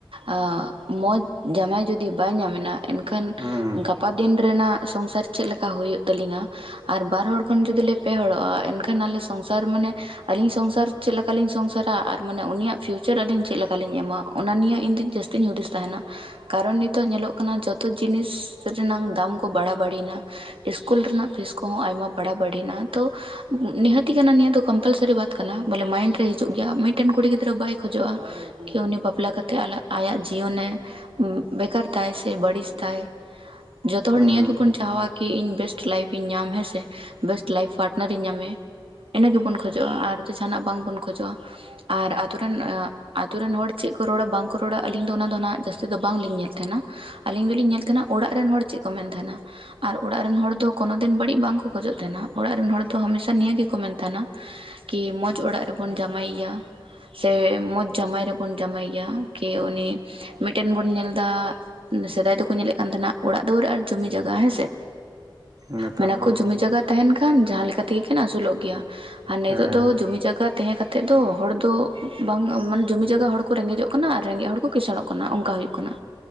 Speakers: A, on the right (about 90°); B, on the right (about 45°).
A: ᱟᱻᱢᱚᱡᱽ ᱡᱟᱢᱟᱭ ᱡᱩᱫᱤ ᱵᱟᱭ ᱧᱟᱢᱮᱱᱟ ᱮᱱᱠᱷᱟᱱ
B: ᱦᱩᱸ
A: ᱜᱟᱯᱟ ᱫᱤᱱ ᱨᱮᱱᱟᱜ ᱥᱚᱝᱥᱟᱨ ᱪᱮᱜ ᱞᱮᱠᱟ ᱦᱩᱭᱩᱜ ᱛᱟᱹᱞᱤᱝᱟ᱾ ᱟᱨ ᱵᱟᱨ ᱦᱚᱲ ᱠᱷᱚᱱ ᱡᱩᱫᱤ ᱞᱮ ᱯᱮ ᱦᱚᱲᱚᱜ-ᱟ ᱮᱱᱠᱷᱟᱱ ᱟᱞᱮ ᱥᱚᱝᱥᱟᱨ ᱢᱟᱱᱮᱼᱼ ᱟᱹᱞᱤᱧ ᱥᱚᱝᱥᱟᱨ ᱪᱮᱜ ᱞᱮᱠᱟ ᱞᱤᱧ ᱥᱚᱝᱥᱟᱨᱟ, ᱟᱨ ᱢᱟᱱᱮ ᱩᱱᱤᱭᱟᱜ ᱯᱷᱤᱭᱩᱪᱚᱨ ᱟᱹᱞᱤᱧ ᱪᱮᱜ ᱞᱮᱠᱟ ᱞᱤᱧ ᱮᱢᱟ ᱚᱱᱟ ᱱᱤᱭᱮ ᱤᱧ ᱫᱩᱧ ᱡᱟᱹᱥᱼᱼ ᱛᱤᱧ ᱦᱩᱫᱤᱥ ᱛᱟᱦᱮᱱᱟ᱾ ᱠᱟᱨᱚᱱ ᱱᱤᱛᱚᱜ ᱧᱮᱞᱚᱜ ᱠᱟᱱᱟ ᱡᱚᱛᱚ ᱡᱤᱱᱤᱥ ᱨᱮᱱᱟᱝ ᱫᱟᱢ ᱠᱚ ᱵᱟᱦᱟ ᱵᱟᱲᱤᱭᱮᱱᱟ᱾ ᱤᱥᱠᱩᱞ ᱨᱮᱱᱟᱜ ᱯᱷᱤᱥ ᱠᱚᱸᱦᱚᱸ ᱟᱭᱢᱟ ᱵᱟᱲᱟ ᱵᱟᱲᱤᱱᱟ, ᱛᱚᱼᱼ ᱱᱤᱦᱟᱹᱛᱤ ᱠᱟᱱᱟ ᱱᱤᱭᱟᱹ ᱫᱚ ᱠᱚᱢᱯᱟᱞᱥᱟᱨᱤ ᱵᱟᱛ ᱠᱟᱱᱟ, ᱵᱚᱞᱮ ᱢᱟᱭᱤᱱᱰ ᱨᱮ ᱦᱤᱡᱩᱜ ᱜᱮᱭᱟ ᱢᱤᱫᱴᱮᱱ ᱠᱩᱲᱤ ᱜᱤᱫᱽᱨᱟᱹ ᱵᱟᱭ ᱠᱷᱚᱡᱚᱜᱼᱟ ᱠᱤ ᱩᱱᱤ ᱵᱟᱯᱞᱟ ᱠᱟᱛᱮᱜ ᱟᱠᱟᱜ ᱟᱭᱟᱜ ᱡᱤᱭᱚᱱᱮ ᱩᱸᱜ ᱵᱮᱠᱟᱨ ᱛᱟᱭ ᱥᱮ ᱵᱟᱹᱲᱤᱥ ᱛᱟᱭ᱾ ᱡᱚᱛᱚ ᱦᱚᱲ
B: ᱦᱩᱸ
A: ᱱᱤᱭᱟᱹ ᱜᱮᱵᱚᱱ ᱪᱟᱦᱟᱣᱟ ᱠᱤ ᱤᱧ ᱵᱮᱥᱴ ᱞᱟᱭᱤᱯᱷ ᱤᱧ ᱧᱟᱢ ᱦᱮᱸᱥᱮ᱾ ᱵᱮᱥᱴ ᱞᱟᱭᱤᱯᱷ ᱯᱟᱴᱱᱟᱨᱮ ᱤᱧ ᱧᱟᱢᱮ᱾ ᱤᱱᱟᱹ ᱜᱮᱵᱚᱱ ᱠᱷᱚᱡᱚᱜᱼᱟ ᱟᱨ ᱡᱮ. ᱡᱟᱦᱟᱱᱟᱜ ᱵᱟᱝᱵᱚᱱ ᱠᱷᱚᱡᱚᱜᱼᱟ᱾ ᱟᱨ ᱟᱛᱩᱨᱮᱱ ᱟᱸᱜ᱾ ᱟᱛᱩ ᱨᱮᱱ ᱦᱚᱲ ᱪᱮᱫ ᱠᱚ ᱨᱚᱲᱟ ᱵᱟᱝᱠᱚ ᱨᱚᱲᱟ ᱟᱞᱤᱧ ᱫᱚ ᱚᱱᱟ ᱫᱚ ᱱᱟᱦᱜ ᱡᱟᱹᱥᱛᱤ ᱫᱚ ᱵᱟᱝᱞᱤᱧ ᱧᱮᱞ ᱛᱟᱦᱮᱸᱱᱟ᱾ ᱟᱞᱤᱧ ᱫᱚᱞᱤᱧ ᱧᱮᱞ ᱛᱟᱦᱮᱱᱟ ᱚᱲᱟᱜ ᱨᱮᱱ ᱦᱚᱲ ᱪᱮᱫ ᱠᱚ ᱢᱮᱱ ᱛᱟᱦᱮᱱᱟ᱾ ᱟᱨ ᱚᱲᱟᱜ ᱨᱮᱱ ᱦᱚᱲ ᱫᱚ ᱠᱳᱱᱳ ᱫᱤᱱ ᱵᱟᱹᱲᱤᱡ ᱵᱟᱝᱠᱚ ᱠᱷᱚᱡᱚᱜ ᱛᱟᱦᱮᱱᱟ, ᱚᱲᱟᱜ ᱨᱮᱱ ᱦᱚᱲ ᱫᱚ ᱦᱟᱢᱮᱥᱟ ᱱᱤᱭᱟᱹ ᱜᱮᱠᱚ ᱢᱮᱱ ᱛᱟᱦᱮᱱᱟ, ᱠᱤ ᱢᱚᱸᱡᱽ ᱚᱲᱟᱜ ᱨᱮᱵᱚᱱ ᱡᱟᱶᱟᱭᱮᱭᱟ᱾ ᱥᱮ ᱢᱚᱡᱽ ᱡᱟᱢᱶᱟᱭ ᱨᱮᱵᱚᱱ ᱡᱟᱶᱟᱭ ᱜᱮᱭᱟ ᱠᱤ ᱩᱱᱤ ᱢᱤᱫᱴᱮᱱ ᱵᱚᱱ ᱧᱮᱞ ᱮᱫᱟᱻ ᱥᱮᱫᱟᱭ ᱫᱚᱠᱚ ᱧᱮᱞᱮᱫ ᱠᱟᱱ ᱛᱟᱦᱮᱱᱟ ᱚᱲᱟᱜ ᱫᱩᱣᱟᱹᱨ ᱟᱨ ᱡᱚᱢᱤ ᱡᱟᱭᱜᱟ ᱦᱮᱸ ᱥᱮ,
B: ᱦᱩᱸ ᱱᱮᱛᱟᱨ
A: ᱢᱮᱱᱟᱠᱚ
B: ᱫᱚ
A: ᱡᱚᱢᱤ ᱡᱟᱭᱜᱟ ᱛᱟᱦᱮᱱ ᱠᱷᱟᱱ ᱡᱟᱦᱟᱸ ᱞᱮᱠᱟ ᱛᱮᱜᱮᱠᱤᱱ ᱟᱹᱥᱩᱞᱚᱜ ᱜᱮᱭᱟ᱾ ᱟᱨ ᱱᱤᱛᱚᱜ
B: ᱦᱮᱸ
A: ᱫᱚ ᱡᱚᱢᱤ ᱡᱟᱜᱟᱼ ᱜᱟ ᱛᱟᱦᱮᱸ ᱠᱟᱛᱮᱫ ᱫᱚ ᱦᱚᱲ ᱫᱚ ᱵᱟᱝ ᱢᱟᱱᱮ ᱡᱩᱚᱢᱤ ᱡᱟᱭᱟ ᱦᱚᱲ ᱠᱚ ᱨᱮᱸᱜᱮᱡᱚᱜ ᱠᱟᱱᱟ ᱟᱨ ᱨᱮᱸᱜᱮᱡ ᱦᱚᱲ ᱠᱚ ᱠᱤᱥᱥᱬᱚᱜ ᱠᱟᱱᱟ᱾ ᱠᱟᱱᱟ ᱚᱱᱠᱟ ᱦᱩᱭᱩᱜ ᱠᱟᱱᱟ᱾